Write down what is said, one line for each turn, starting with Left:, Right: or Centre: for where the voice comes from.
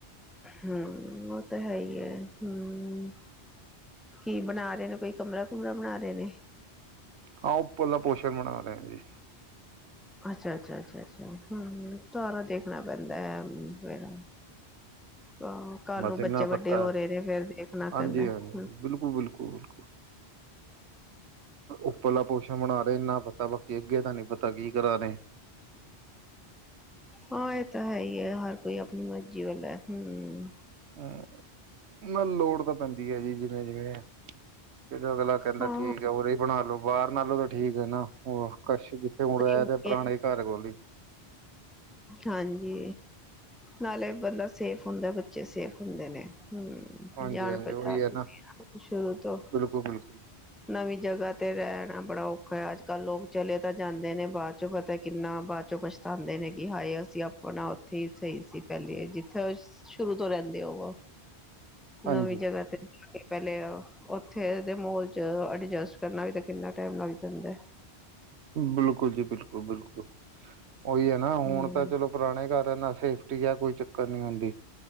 Centre: ਹਮ ਉਹ ਤੇ ਹੈ ਈ ਹੈ, ਹਮ ਕੀ ਬਣਾ ਰਹੇ ਨੇ ਕੋਈ ਕਮਰਾ ਕੂਮਰਾ ਬਣਾ ਰਹੇ ਨੇ
Right: ਹਾਂ ਉਪਲਾ ਪੋਸ਼ਣ ਬਣਾ ਰਹੇ ਜੀ
Centre: ਅੱਛਾ, ਅੱਛਾ, ਅੱਛਾ, ਅੱਛਾ, ਹੂੰ, ਸਾਰਾ ਦੇਖਣਾ ਪੈਂਦਾ ਐ ਫੇਰ। ਆਹ ਕੱਲ
Right: ਬਸ
Centre: ਨੂੰ
Right: ਇੰਨਾ
Centre: ਬੱਚੇ
Right: ਪਤਾ
Centre: ਵੱਡੇ ਹੋ ਰੇ ਨੇ ਫੇਰ ਦੇਖਨਾ
Right: ਹਾਂਜੀ
Centre: ਪੈਂਦਾ,
Right: ਹਾਂਜੀ
Centre: ਹੂੰ।
Right: ਬਿਲਕੁਲ ਬਿਲਕੁਲ ਬਿਲਕੁਲ ਉੱਪਰਲਾ ਪੋਸ਼ਨ ਬਨਾ ਰੇ ਇੰਨਾ ਪਤਾ, ਬਾਕੀ ਅੱਗੇ ਦਾ ਨੀ ਪਤਾ ਕੀ ਕਰਾ ਰੇ।
Centre: ਹਾਂ ਐ ਤਾਂ ਹੈ ਈ ਐ ਹਰ ਕੋਈ ਅਪਨੀ ਮਰਜੀ ਵਾਲਾ ਐ ਹੂੰ।
Right: ਹੂੰ, ਨਾ ਲੋੜ ਤਾਂ ਪੈਂਦੀ ਐ ਜੀ ਜਿਵੇਂ-ਜਿਵੇਂ। ਫੇਰ ਅਗਲਾ ਕੈਂਦਾ
Centre: ਹਾਂ
Right: ਠੀਕ ਏ ਉਰੇ ਈ ਬਣਾ ਲੋ। ਬਾਰ ਨਾਲੋਂ ਤਾਂ ਠੀਕ ਐ ਨਾ ਕਸ਼ ਜਿੱਥੇ ਹੁਨ
Centre: ਹਾਂ
Right: ਰੈ ਰੇ ਪੁਰਾਣੇ ਘਰ ਕੋੋਲ ਈ।
Centre: ਹਾਂਜੀ। ਨਾਲੇ ਬੰਦਾ ਸੇਫ ਹੁੰਦਾ, ਬੱਚੇ ਸੇਫ ਹੁੰਦੇ ਨੇ ਹੂੰ।
Right: ਹਾਂਜੀ
Centre: ਜਾਣ
Right: ਹਾਂਜੀ
Centre: ਪਚਾਣ
Right: ਉਹੀ ਹੈ
Centre: ਹੁੰਦੀ
Right: ਨਾ
Centre: ਐ ਸ਼ੁਰੂ ਤੋਂ,
Right: ਬਿਲਕੁਲ ਬਿਲਕੁਲ
Centre: ਨਵੀਂ ਜਗ੍ਹਾ। ਤੇ ਰੈਣਾ ਬੜਾ ਔਖਾ ਐ ਅੱਜ-ਕੱਲ ਲੋਕ ਚਲੇ ਤਾਂ ਜਾਂਦੇ ਨੇ ਬਾਦ ਚੋਂ ਪਤਾ ਕਿੰਨਾ ਬਾਦ ਚੋਂ ਪਛ ਤਾਂਦੇ ਨੇ ਕਿ ਹਾਏ ਅਸੀਂ ਆਪਣਾ ਓਥੇ ਈ ਸਈ ਸੀ ਪੈਲੇ ਜਿੱਥੇ ਸ਼ੁਰੂ ਤੋਂ ਰੈਂਦੇ ਹੋਵੋ ਨਵੀਂ
Right: ਹਾਂਜੀ
Centre: ਜਗ੍ਹਾ ਤੇ ਮਤਲਬ ਕਿ ਪੈਲੇ ਓਥੇ ਦੇ ਮਾਹੋਲ' ਚ ਅਡਜਸਟ ਕਰਨਾ ਵੀ ਤੇ ਕਿੰਨਾ ਟਾਈਮ ਲੱਗ ਜਾਂਦੈ।
Right: ਬਿਲਕੁਲ ਜੀ ਬਿਲਕੁਲ, ਬਿਲਕੁਲ ਓਈ ਐ ਨਾ ਹੁਣ
Centre: ਹਮ
Right: ਤਾਂ ਚਲੋ ਪੁਰਾਣੇ ਘਰ ਏਨਾਂ ਸੇਫਟੀ ਐ ਕੋਈ ਚੱਕਰ ਨੀ ਹੁੰਦੀ।